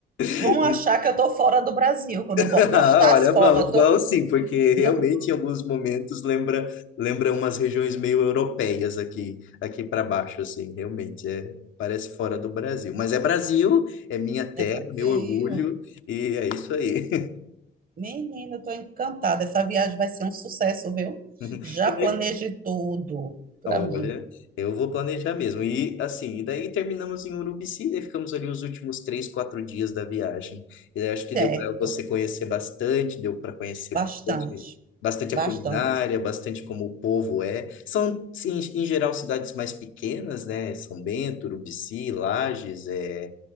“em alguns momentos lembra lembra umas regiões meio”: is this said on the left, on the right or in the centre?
Left